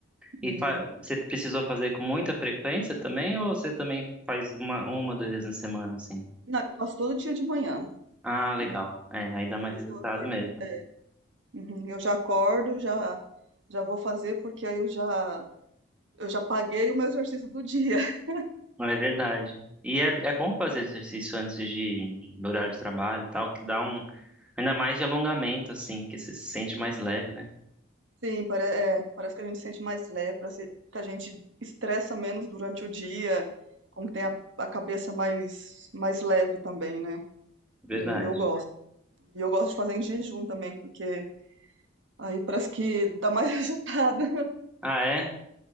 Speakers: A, in the centre; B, on the right.
A: E
B: E-
A: fa- você precisou fazer com muita frequência também, ou você também faz uma, uma, duas vezes na semana, assim?
B: não, eu faço todo dia de manhã,
A: Ah, legal.
B: né?
A: É, aí dá
B: É,
A: mais
B: Esse
A: resultado
B: eu acordo.
A: mesmo.
B: é, Uhum, Eu já acordo, já já vou fazer porque aí eu já eu já paguei o meu exercício do dia. <laughs>
A: É verdade. E é, é bom fazer exercício antes de ir horário de trabalho e tal, que dá um, ainda mais de alongamento, assim, que você se sente mais leve, né?
B: Sim, pare- é, parece que a gente se sente mais leve, parece que a gente estressa menos durante o dia, como que tem a, a cabeça mais mais leve também, né?
A: Verdade.
B: Eu, eu gosto. E eu gosto de fazer em jejum também, porque aí parece que dá mais <laughs> resultado.
A: Ah, é?